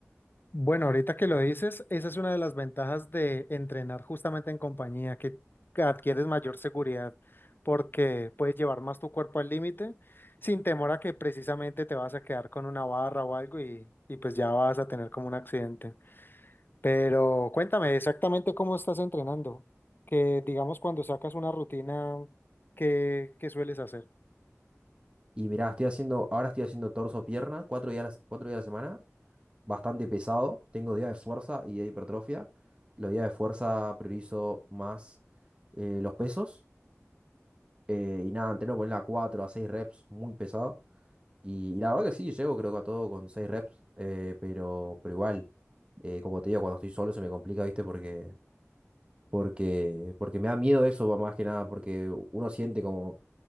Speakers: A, on the left; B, on the right.
A: Bueno, ahorita que lo dices, esa es una de las ventajas de entrenar justamente en compañía, que adquieres mayor seguridad porque puedes llevar más tu cuerpo al límite sin temor a que precisamente te vas a quedar con una barra o algo y, y pues ya vas a tener como un accidente. Pero cuéntame exactamente cómo estás entrenando, que digamos cuando sacas una rutina, ¿qué, qué sueles hacer?
B: Y mirá, estoy haciendo, ahora estoy haciendo torso-pierna, cuatro días, a la- cuatro días a la semana bastante pesado. Tengo días de fuerza y de hipertrofia. Los días de fuerza priorizo más eh, los pesos. eh, y nada, entreno poner a 4 a 6 reps, muy pesado. Y, la verdad que sí, llego creo que a todo con 6 reps. eh, pero, pero igual, eh, como te digo, cuando estoy solo se me complica, ¿viste? Porque, porque, porque me da miedo eso, va, más que nada, porque uno siente como,